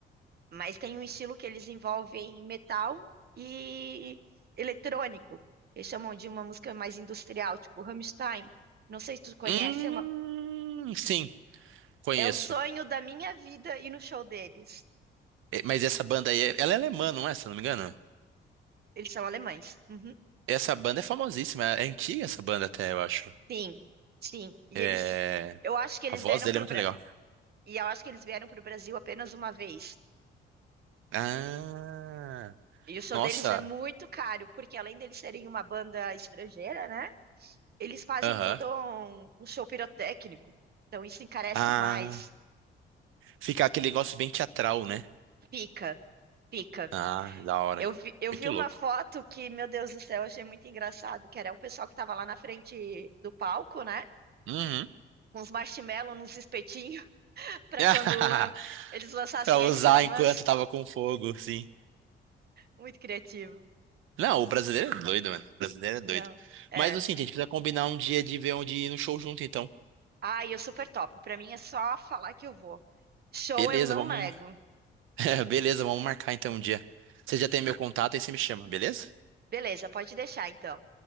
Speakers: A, on the right; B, on the right.
A: mas tem um estilo que eles envolvem metal e eletrônico, que chamam de uma música mais industrial, tipo Rammstein. Não sei se tu conhece,
B: Hum,
A: é, uma-
B: sim, conheço.
A: é o sonho da minha vida ir no show deles.
B: É, Mas essa banda aí, é, ela é alemã, não é? Se eu não me engano.
A: Eles são alemães. Uhum.
B: Essa banda é famosíssima. É antiga essa banda até, eu acho.
A: Sim, sim. E
B: É...
A: eles, eu acho que eles
B: A voz
A: vieram
B: dele
A: para
B: é muito legal.
A: E eu acho que eles vieram para o Brasil apenas uma vez.
B: Ah,
A: E o show
B: nossa.
A: deles é muito caro, porque além deles serem uma banda estrangeira, né? Eles fazem
B: Aham.
A: todo um, um show pirotécnico. Então isso encarece
B: Ah,
A: mais.
B: fica aquele negócio bem teatral, né?
A: Fica, fica.
B: Ah, da hora,
A: Eu
B: hein?
A: vi, eu
B: Muito
A: vi uma
B: louco.
A: foto que, meu Deus do céu, eu achei muito engraçado, que era o pessoal que estava lá na frente do palco, né?
B: Uhum.
A: Com uns marshmallows, nos espetinhos, <laughs> para
B: <laughs>
A: quando eu- eles lançassem
B: Pra usar
A: as chamas.
B: enquanto tava com fogo, sim.
A: Muito criativo.
B: Não, o brasileiro é doido, mano. O brasileiro é doido.
A: Não, é.
B: Mas assim, a gente precisa combinar um dia de ver onde ir no show junto, então.
A: Ai, eu super topo. Pra mim é só falar que eu vou. Show
B: Beleza,
A: eu não
B: vamos.
A: nego.
B: mar- <laughs> Beleza, vamos marcar então um dia. Você já tem meu contato aí você me chama, beleza?
A: Beleza, pode deixar então.